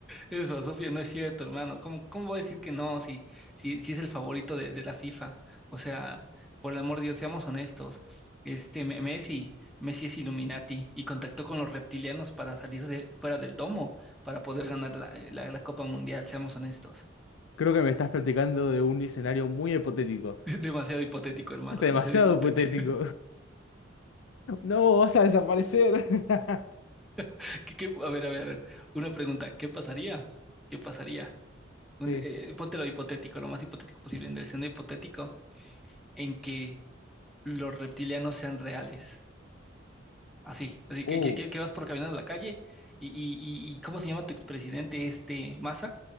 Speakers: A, in the centre; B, on the left.
A: Eso, Sofía, no es cierto, hermano. ¿Cómo, cómo voy a decir que no si, si, si es el favorito de, de la FIFA? O sea, por el amor de Dios, seamos honestos. Este Me- Messi, Messi es Illuminati y contactó con los reptilianos para salir de, fuera del domo, para poder ganar la, eh, la- la Copa Mundial, seamos honestos.
B: Creo que me estás platicando de un escenario muy hipotético.
A: <laughs> Demasiado hipotético, hermano, demasiado
B: Demasiado
A: hipotético.
B: hipotético. No, vas a desaparecer. <laughs>
A: <laughs> ¿Qué- qué- a ver, a ver, a ver. Una pregunta, ¿qué pasaría? ¿Qué pasaría? Un-
B: Sí.
A: eh, ponte lo hipotético, lo más hipotético posible, en el escenario hipotético, en que los reptilianos sean reales. Así, así que,
B: Uh,
A: que, que- que vas por caminando a la calle y, y, y y ¿cómo se llama tu expresidente este Massa?